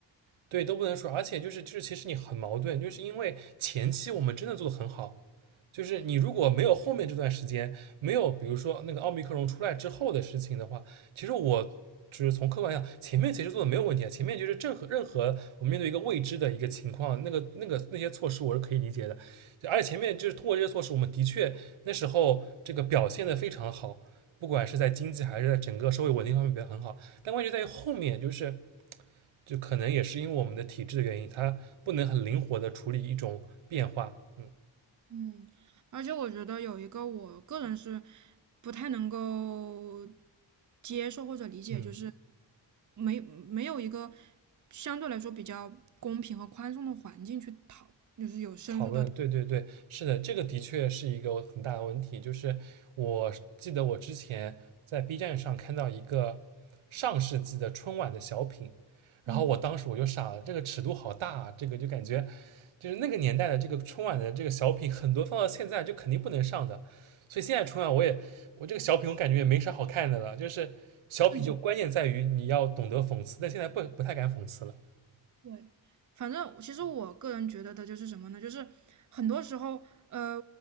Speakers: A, on the right; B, on the right.
A: 对，都不能说，而且就是就是，其实你很矛盾，就是因为前期我们真的做的很好，就是你如果没有后面这段时间，没有比如说那个奥密克戎出来之后的事情的话，其实我就是从客观上，前面其实做的没有问题啊，前面就是任何任何我们面对一个未知的一个情况，那个那个那些措施我是可以理解的，而且前面就是通过这些措施，我们的确那时候这个表现的非常好，不管是在经济还是在整个社会稳定方面表现很好，但问题在于后面就是。就可能也是因为我们的体质的原因，它不能很灵活的处理一种变化。嗯
B: 嗯，而且我觉得有一个我个人是不太能够接受或者理解，
A: 嗯。
B: 就是没没有一个相对来说比较公平和宽松的环境去讨，就是有深入的，
A: 讨论，对对对，是的，这个的确是一个很大的问题。就是我记得我之前在 B 站上看到一个上世纪的春晚的小品，然后我当时我就傻了，
B: 嗯，
A: 这个尺度好大啊，这个就感觉就是那个年代的这个春晚的这个小品，很多放到现在就肯定不能上的。所以现在春晚我也我这个小品我感觉也没啥好看的了，就是小品就关键在于你要懂得讽刺，
B: 政治
A: 但现在不不太敢讽刺了。
B: 对。反正其实我个人觉得的就是什么呢？就是很多时候，呃，